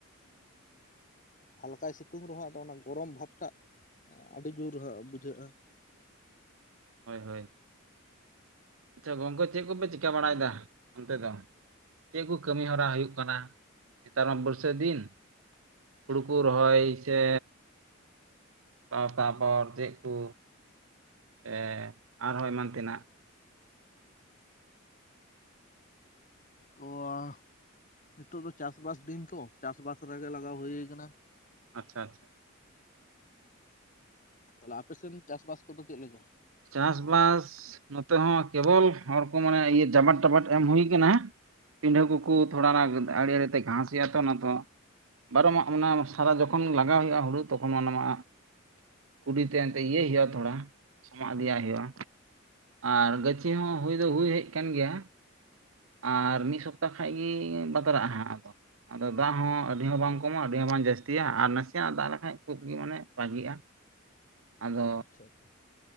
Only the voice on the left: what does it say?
ᱦᱟᱞᱠᱟᱭ ᱥᱤᱛᱩᱝ ᱨᱮᱦᱚᱸ ᱟᱫᱚ ᱚᱱᱟ ᱜᱚᱨᱚᱢ ᱵᱷᱟᱵᱽ ᱴᱟᱜ ᱟᱹᱰᱤ ᱡᱳᱨ ᱵᱩᱡᱷᱟᱹᱜᱼᱟ
ᱛᱚᱣᱟ ᱱᱤᱛᱩᱜ ᱫᱚ ᱪᱟᱥᱵᱥ ᱫᱤᱱ ᱛᱚ ᱪᱟᱥᱵᱥ ᱨᱮᱜᱮ ᱞᱟᱜᱟᱣ ᱦᱩᱭᱩ ᱠᱟᱱᱟ
ᱛᱟᱦᱚᱞᱮ ᱟᱯᱮᱥᱮᱱ ᱪᱟᱥᱵᱟᱥ ᱠᱚᱫᱚ ᱪᱮᱫ ᱞᱮᱠᱟ?
ᱦᱩᱸ
ᱦᱩᱸ
ᱟᱪᱪᱷᱟ <unintelligible>